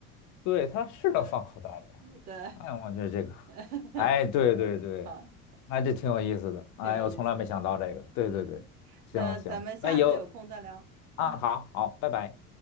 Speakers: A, on the left (about 45°); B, on the right (about 85°).
A: 对，它是能放口袋里啊。
B: <laughs> 对对
A: 哎，我觉得这个，
B: <laughs>
A: 哎，对对对，
B: 对，好，
A: 哎，这挺有意思的。哎，
B: 挺有意思，
A: 我从来没想到这个。对对对，
B: 嗯，
A: 行行，
B: 那咱们下次有空再聊，
A: 那有啊，
B: 嗯。
A: 好好，拜拜。